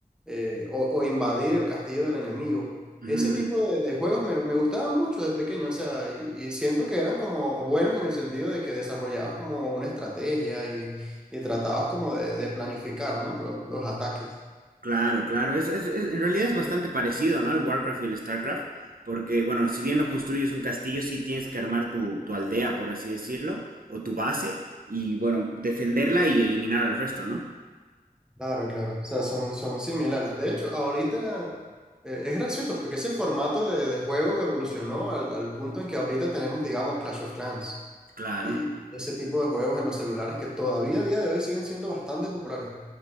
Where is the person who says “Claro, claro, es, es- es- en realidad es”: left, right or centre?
Right